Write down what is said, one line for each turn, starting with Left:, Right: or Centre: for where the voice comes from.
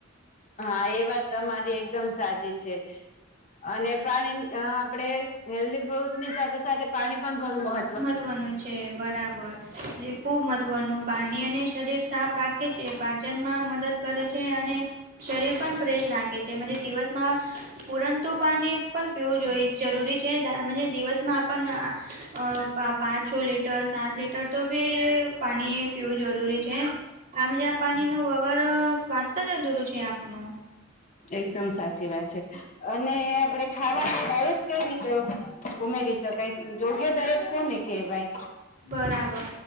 Left: હા એ વાત તમારી એકદમ સાચી છે, અને પાણી અ આપડે હેલડી ફૂડની સાથે સાથે પાણી પણ ઘણું મહ
Right: મહત્વનું છે. છે, બરાબર જે ખુબ મહત્વનું પાણી અને શરીર સાફ રાખે છે. પાચનમાં મદદ કરે છે, અને શરીર પણ ફ્રેશ રાખે છે, મજે દિવસમાં પુરંતુ પાની પન પીવું જોઈ જરૂરી છે, દાયમજે દિવસમાં આપને આ અ પાં પાંચ છ લીટર સાત લીટર તો બી પાણી પીવું જરૂરી છે. આમજ આ પાણીનું વગર સ્વાસ્થ્ય જ અધુરું છે, આપનું
Left: એકદમ સાચી વાત છે, અને આપણેે ખાવાની <unintelligible> જ કયરી ત ઉમેરી શકાય યોગ્ય દાયટ કોને કેવાય
Right: બરાબર